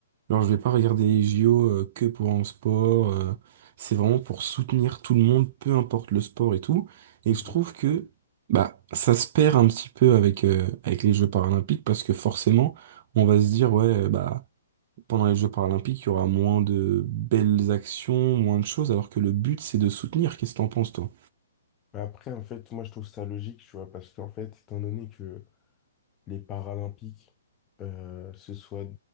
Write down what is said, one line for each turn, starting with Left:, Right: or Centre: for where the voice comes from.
Right: Alors, je vais pas regarder les JO euh, que pour un sport. euh, c'est vraiment pour soutenir tout le monde, peu importe le sport et tout.
Left: ok.
Right: Et je trouve que bah ça se perd un petit peu avec euh, avec les Jeux paralympiques parce que forcément, on va se dire ouais euh, bah pendant les Jeux paralympiques, il y aura moins de belles actions, moins de choses, alors que le but c'est de soutenir. Qu'est-ce que t'en penses toi?
Left: Bah Après, en fait, moi, je trouve ça logique, tu vois, parce qu'en fait, étant donné que les Paralympiques, euh, ce soit...